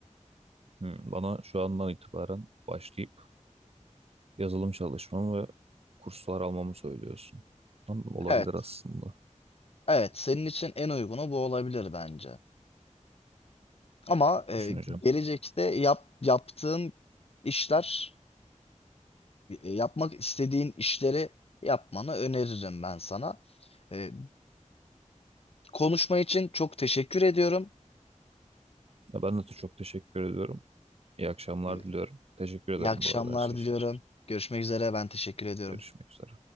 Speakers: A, on the right; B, on the left.
A: Hmm, bana şu andan itibaren başlayıp yazılım çalışmamı ve kurslar almamı söylüyorsun. Anladım, olabilir
B: Evet,
A: aslında.
B: evet senin için en uygunu bu olabilir bence. Ama e,
A: Düşüneceğim.
B: gelecekte yap, yaptığın işler, e, yapmak istediğin işleri yapmanı öneririm ben sana. E, konuşma için çok teşekkür ediyorum.
A: Ya ben de çok teşekkür ediyorum. İyi akşamlar
B: E,
A: diliyorum. Teşekkür ederim
B: İyi akşamlar
A: bu arada her şey
B: diliyorum.
A: için.
B: Görüşmek üzere. Ben teşekkür ediyorum.
A: Görüşmek üzere.